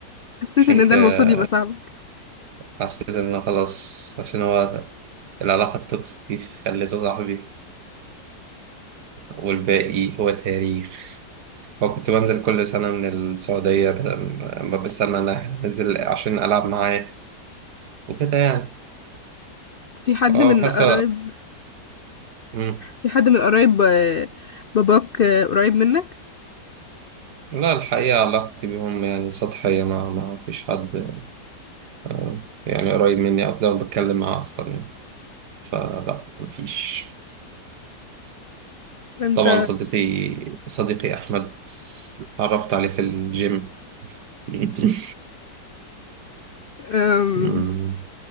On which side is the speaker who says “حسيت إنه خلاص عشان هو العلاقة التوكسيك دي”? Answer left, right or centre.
Right